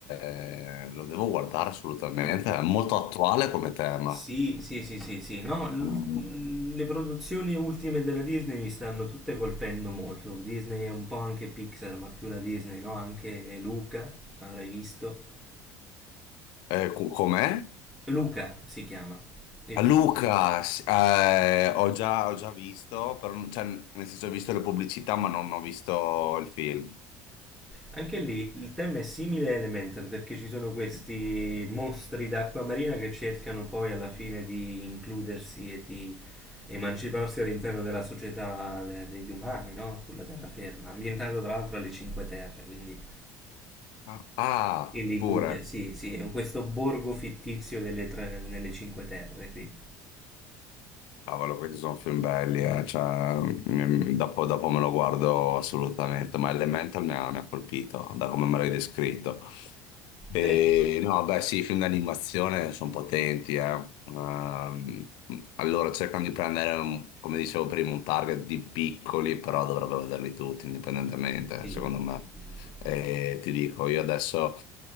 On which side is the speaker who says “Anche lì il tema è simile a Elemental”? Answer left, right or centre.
Centre